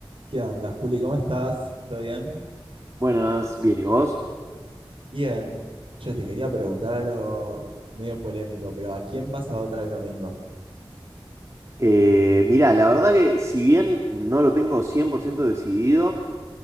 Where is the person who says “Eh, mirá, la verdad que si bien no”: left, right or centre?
Right